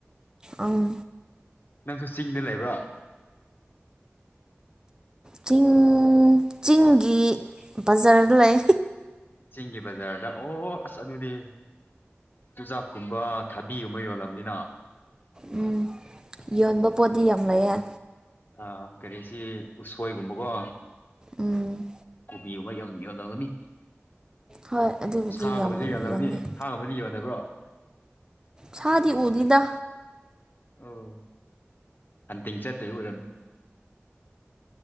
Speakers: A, on the right; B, on the left.
A: ꯑꯥ
B: ꯅꯪꯁꯨ ꯆꯤꯡꯗ ꯂꯩꯕ꯭ꯔꯣ
A: ꯆꯤꯡ ꯆꯤꯡꯒꯤ ꯕꯖꯥꯔꯗ ꯂꯩ
B: ꯆꯤꯡꯒꯤ ꯕꯖꯥꯔꯗ ꯑꯣ ꯑꯁ ꯑꯗꯨꯗꯤ ꯆꯨꯖꯥꯛꯀꯨꯝꯕ ꯊꯕꯤꯒꯨꯝꯕ ꯌꯣꯜꯂꯝꯅꯤꯅ
A: ꯎꯝ ꯌꯣꯟꯕ ꯄꯣꯠꯇꯤ ꯌꯥꯝ ꯂꯩꯑꯦ
B: ꯑꯥ ꯀꯔꯤꯁꯤ ꯎꯁꯣꯏꯒꯨꯝꯕꯀꯣ
A: ꯎꯝ
B: ꯀꯣꯕꯤꯒꯨꯝꯕ ꯌꯥꯝ ꯌꯥꯜꯂꯝꯒꯅꯤ
A: ꯍꯣꯏ ꯑꯗꯨꯕꯨꯗꯤ
B: ꯁꯥꯒꯨꯝꯕꯁꯨ
A: ꯌꯥꯝ
B: ꯌꯥꯜꯂꯒꯅꯤ
A: ꯌꯣꯟꯅꯩ
B: ꯁꯥꯒꯨꯝꯕꯗꯤ ꯌꯣꯟꯅꯕ꯭ꯔꯣ
A: ꯁꯥꯗꯤ ꯎꯗꯦꯗ
B: ꯑꯣ ꯍꯟꯇꯤꯡ ꯆꯠꯇꯣꯏ ꯑꯣꯏꯔꯝꯅꯤ